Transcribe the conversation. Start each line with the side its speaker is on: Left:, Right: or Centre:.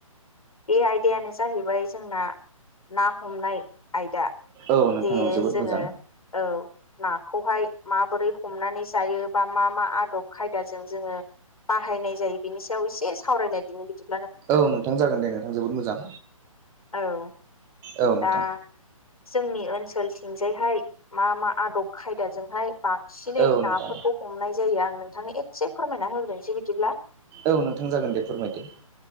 Left: बे आयदायानो जाहैबाय जोंना ना हमनाय। आयदा
Right: औ नोंथां
Left: जे
Right: औ जोबोद
Left: जोङो
Right: मोजां
Left: औ नाखौहाय माबोरै हमनानै जायो बा मा मा आदब खायदाजों जोङो। बाहायनाय जायो बिनि सायाव एसे सावरायलायदिनो।
Right: औ नोंथां जागोन दे नोंथां जोबोद मोजां।
Left: औ
Right: औ नोंथां
Left: दा जोंनि ओनसोलथिंजायहाय मा मा आदब खायदाजोंहाय बांसिनै
Right: औ
Left: नाफोरखौ
Right: नोंथां
Left: हमनाय जायो आं नोंथांनो एसे फोरमायना होग्रोनोसै बिदिब्ला
Right: औ नोंथां जागोन दे फोरमायदो